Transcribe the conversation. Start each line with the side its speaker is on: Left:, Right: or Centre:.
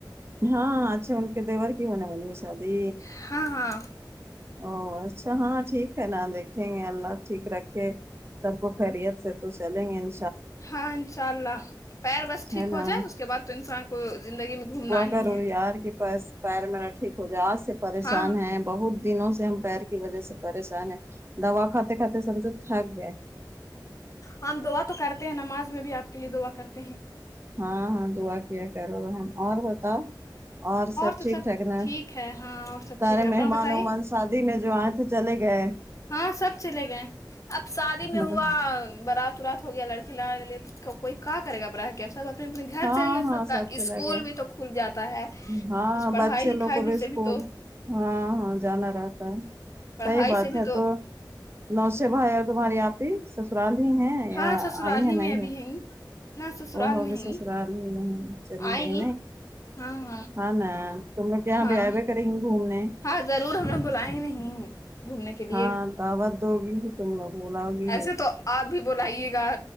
Right: ہاں اچھا ان کے دیور کی ہونے والی ہے شادی
Left: ہاں ہاں
Right: او اچھا ہاں ٹھیک ہے نا دیکھ ینگے اللہ ٹھیک رکھے سب کو خیریت سے تو چلیں گے ان
Left: ہاں انشاء اللہ پیر بس ٹھیک
Right: ہے نا
Left: ہوجائے اس کے بعد تو انسان کو زندگی میں گھومنا ہی
Right: ضرور
Left: ہے
Right: یار کی بس پیر میرا ٹھیک ہو جائے آج سے پریشان
Left: ہاں ہاں
Right: ہے بہت دنوں سے ہم پیر کی وجہ سے پریشان ہے دوا کھاتے کھاتے سمجھو تھک گئے
Left: ہم دعا تو کرتے ہیں نماز میں بھی آپ کے لیے دعا کرتے ہیں
Right: ہاں ہاں دعا کیا کرو اور بتاؤ اور سب
Left: تو
Right: ٹھیک ٹھاک نا
Left: ٹھیک ہے ہاں اور سب
Right: سارے
Left: ٹھیک ہے اپنا
Right: مہمان
Left: بتائیے
Right: وہمان س شادی میں جو آئے تھے چلے گئے
Left: ہاں سب چلے گئے اب شادی میں
Right: مطلب
Left: ہوا بارات ورات ہو گیا لڑکی لاے کوئی کا کرے گا بڑاہ کے سب اپنے اپنے گھر
Right: ہاں
Left: چل گیا
Right: ہاں
Left: سب کا اسکول
Right: چلا گیا
Left: بھی تو کھل جاتا ہے
Right: ہاں
Left: اس پڑھائی
Right: بچے
Left: لکھائی
Right: لوگ کو بھی
Left: سے
Right: اسکول
Left: تو
Right: ہاں ہاں جانا رہتا ہے
Left: پڑھائی
Right: صحیح بات
Left: سے بھی
Right: ہے تو نو سے بھائی ہے تمہاری آپی سسرال ہی ہیں
Left: ہاں سسرال
Right: آئی ہیں
Left: ہی
Right: نہیں
Left: میں ابھی
Right: ہے
Left: ہیں گی نہ سسرال
Right: وہ ہوگئے
Left: میں ہیں
Right: سسرال
Left: گی،
Right: ہی میں چلی
Left: آئیں
Right: گئی
Left: گی ہاں ہاں
Right: ہاں ن تم لوگ یہاں
Left: ہاں
Right: کریں گے گھومنے
Left: ہاں ضرور ہم نے بلیا ہی نہیں گھومنے کے لیے
Right: ہاں دعوت دوگی تم لوگ بلاوگی
Left: ایسے تو آپ بھی بلاائیے گا